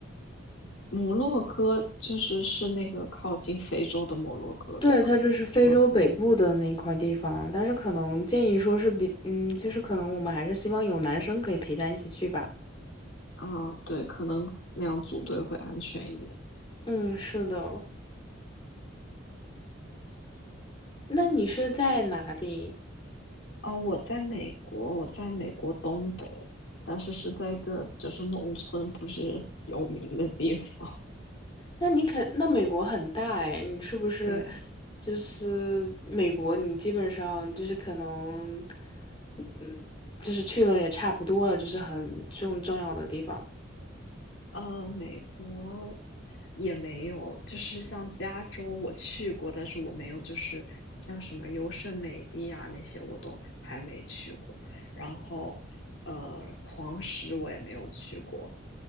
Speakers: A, on the left (about 65°); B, on the left (about 25°).
A: 摩洛哥就是是那个靠近非洲的摩洛哥，
B: 对，
A: 对吧？
B: 它就是非洲北部的那块地方，
A: 嗯
B: 但是可能建议说是比，嗯，就是可能我们还是希望有男生可以陪伴一起去吧。
A: 啊，对，可能那样组队会安全一点。
B: 嗯，是的。那你是在哪里？
A: 哦，我在美国，我在美国东北，但是是在一个就是农村，不是有名的地方。<laughs>
B: 那你肯，那美国很大哎，你是不是
A: 对，
B: 就是美国？你基本上就是可能，嗯，就是去了也差不多了，就是很重重要的地方。
A: 呃，美国也没有，就是像加州我去过，但是我没有，就是像什么优胜美地啊那些我都还没去过。然后，呃，黄石我也没有去过，